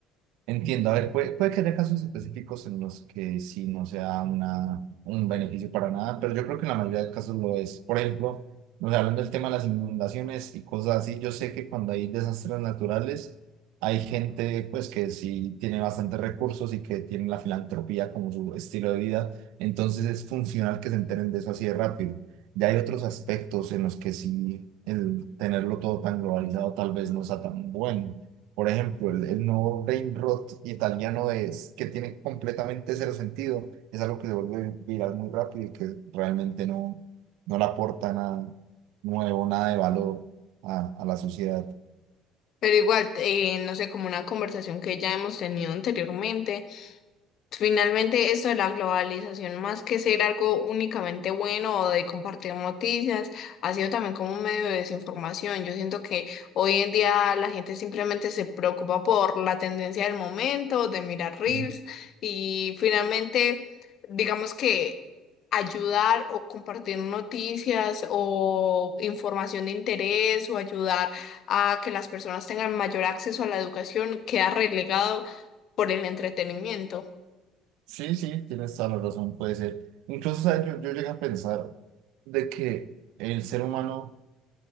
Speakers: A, on the right (about 70°); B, on the left (about 55°).
A: Entiendo, a ver, puede, puede que haya casos específicos en los que sí no sea una, un beneficio para nada, pero yo creo que en la mayoría de casos lo es. Por ejemplo, nos hablando del tema de las inundaciones y cosas así, yo sé que cuando hay desastres naturales, hay gente pues que sí tiene bastantes recursos y que tiene la filantropía como su estilo de vida, entonces es funcional que se enteren de eso así de rápido. Ya hay otros aspectos en los que sí el tenerlo todo tan globalizado tal vez no sea tan bueno. Por ejemplo, el, el nuevo brain rot italiano es que tiene completamente cero sentido. Es algo que se vuelve viral muy rápido y que realmente no, no le aporta nada nuevo, nada de valor a, a la sociedad.
B: Pero igual, eh, no sé, como una conversación que ya hemos tenido anteriormente. Finalmente, esto de la globalización, más que ser algo únicamente bueno o de compartir noticias, ha sido también como un medio de desinformación. Yo siento que hoy en día la gente simplemente se preocupa por la tendencia del momento, de mirar reels
A: Mm.
B: y finalmente, digamos que ayudar o compartir noticias o información de interés o ayudar a que las personas tengan mayor acceso a la educación queda relegado por el entretenimiento.
A: Sí, sí, tienes toda la razón, puede ser. Incluso, ¿sabes? Yo, yo llegué a pensar de que el ser humano,